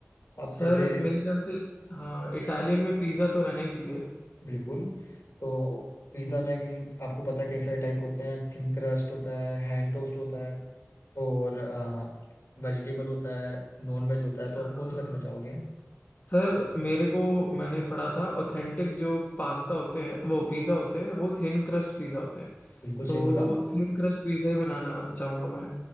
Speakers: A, on the left; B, on the left.
A: आप
B: सर
A: जैसे
B: मेरे ख्याल से हाँ इटालियन में पिज़्ज़ा तो रहना ही चाहिए
A: बिल्कुल तो पिज्जा
B: हम्म।
A: में कि आपको पता है कई सारे टाइप होते हैं थिन क्रस्ट होता है हैंड टोस्ट होता है और वेजिटेबल होता है नॉन वेज होता है
B: हाँ
A: तो आप कौन सा रखना चाहोगे
B: सर मेरे को मैंने पढ़ा था ऑथेंटिक जो पास्ता होते हैं वो पिज़्ज़ा होते हैं वो थिन क्रस्ट पिज़्ज़ा होते हैं
A: बिल्कुल
B: तो
A: सही बोला
B: थिन क्रस्ट पिज़्ज़ा ही बनाना चाहूँगा मैं